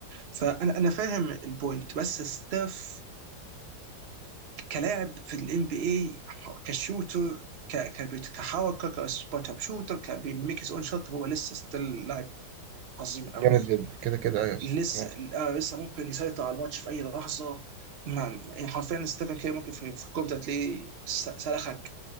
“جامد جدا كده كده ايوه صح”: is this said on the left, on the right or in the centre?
Right